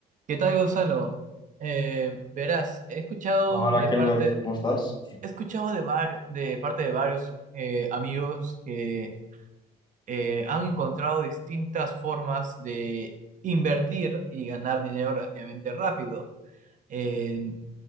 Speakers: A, on the right (about 50°); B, on the left (about 25°).
A: ¿Qué tal, Gonzalo? Eh, verás, he escuchado
B: Hola,
A: de
B: Kelber,
A: parte,
B: ¿cómo estás?
A: he escuchado de varios, de parte de varios eh, amigos que eh, han encontrado distintas formas de invertir y ganar dinero relativamente rápido. Eh,